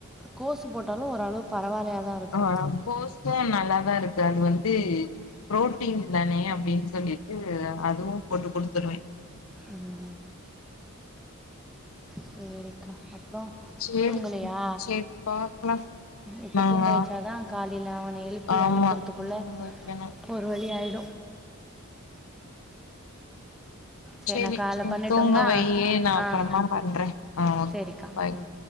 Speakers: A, in the centre; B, on the left.
A: கோஸு போட்டாலும் ஓரளவு பரவாயில்லையா தான் இருக்கும்.
B: ஆஹ கோசு நல்லாதா இருக்கு அது வந்து புரோட்டீன் தானே அப்டின்னு சொல்லிட்டு அதுவு போட்டு குடுத்துருவ
A: ம். சேரிக்கா அப்றோ
B: சேரி
A: தூங்கலையா
B: சேரி பாக்கலா
A: இப்ப
B: நாங்க
A: தூங்க வெச்சாதா காலில அவன எழுப்பி
B: ஆமா
A: அனுப்புறதுக்குள்ள
B: தூங்க வைக்கணு
A: ஒரு வழி ஆயி சரி
B: செரி
A: நான் காலைல பண்ணட்டுங்களா?
B: தூங்க வையு நா
A: ஆ.
B: அப்பறமா பண்றே ஆ
A: சரிக்கா
B: பாய்
A: ம்